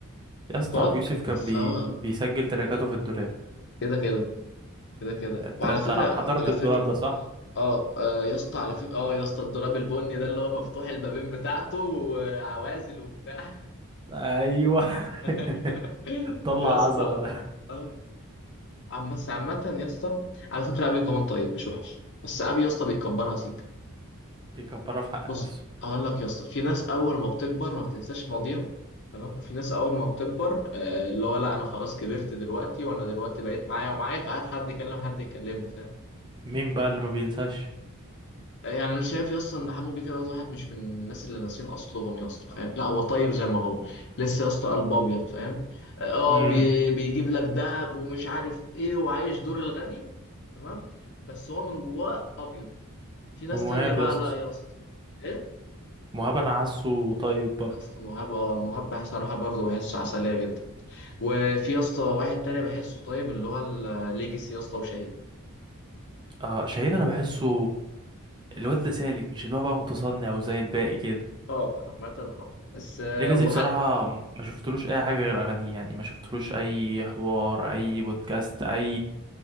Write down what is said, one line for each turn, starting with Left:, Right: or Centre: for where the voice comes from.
Right: يا اسطى
Left: فك
Right: ابو يوسف كان
Left: فهو
Right: بي... بيسجل تراكاته في الدولاب
Left: كده كده كده كده
Right: انت
Left: وعلى
Right: انت
Left: فكره
Right: حضرت
Left: على
Right: الدولاب
Left: فكره
Right: ده صح
Left: اه آه، يا اسطى على فكره اه يا اسطى الدولاب البني ده اللي هو مفتوح البابين بتاعته وعوازل وبتاع
Right: ايوه
Left: <laughs>
Right: <laughs>
Left: أيوه.
Right: طلع
Left: يا اسطى
Right: عظمه ده
Left: اه عم بس عامة يا اسطى على فكرة أبيو كمان طيب مش وحش بس أبيو يا اسطى بيكبرها سيكا
Right: بيكبرها في حق
Left: بص
Right: نفسه
Left: أقول لك يا اسطى في ناس أول ما بتكبر ما بتنساش ماضيها تمام وفي ناس أول ما بتكبر آه، اللي هو لا أنا خلاص كبرت دلوقتي وأنا دلوقتي بقيت معايا ومعايا فقعد حد يكلم حد يكلمه فاهم
Right: مين بقى اللي ما بينساش
Left: يعني انا شايف يا اسطى ان حمو بيكا دوت واحد مش من الناس اللي ناسيين اصلهم يا اسطى فاهم لا هو طيب زي ما هو لسه يا اسطى قلب ابيض فاهم اه
Right: امم
Left: بي بيجيب لك دهب ومش عارف ايه وعايش دور الغني تمام بس هو من جواه ابيض في ناس
Right: ومهاب
Left: تانية بقى
Right: يا اسطى
Left: لا يا اسطى ايه
Right: مهاب انا حاسه طيب برضه
Left: يا اسطى مهاب اه مهاب صراحه برضه بحسه عسليه جدا وفي يا اسطى واحد تاني بحسه طيب اللي هو الليجسي يا اسطى وشهيد
Right: آه شاهين انا بحسه الواد ده سالك مش اللي هو بقى متصنع وزي الباقي كده
Left: اه عامه اه بس آه،
Right: ليجاسي
Left: وحلقه
Right: بصراحة ما شفتلوش أي حاجة غير أغانيه يعني ما شفتلوش أي حوار أي بودكاست أي